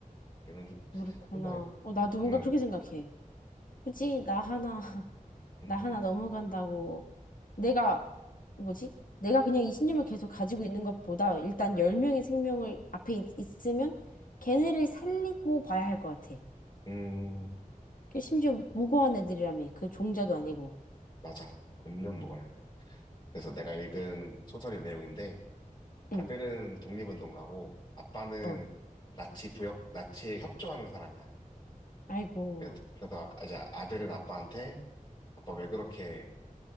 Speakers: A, on the left; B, on the left.
A: 이런
B: 그렇구나.
A: 생각이,
B: 어, 나도 뭔가
A: 음.
B: 그렇게 생각해. 굳이 나 하나
A: 음,
B: 나 하나
A: 음,
B: 넘어간다고 내가 뭐지? 내가 그냥 이 신념을 계속 가지고 있는 것보다 일단 10명의 생명을 앞에 있, 있으면 걔네를 살리고 봐야 할 것 같아.
A: 음, 음.
B: 그 심지어 무고한 애들이라며. 그 종자도 아니고.
A: 맞아. 완전 먹어야 돼. 그래서 내가 읽은 소설의 내용인데, 아들은
B: 응.
A: 독립운동가고, 아빠는
B: 어.
A: 나치 부역, 나치에 협조하는 사람이야.
B: 아이고.
A: 그래- 그래서 이제 아들은 아빠한테, 아빠 왜 그렇게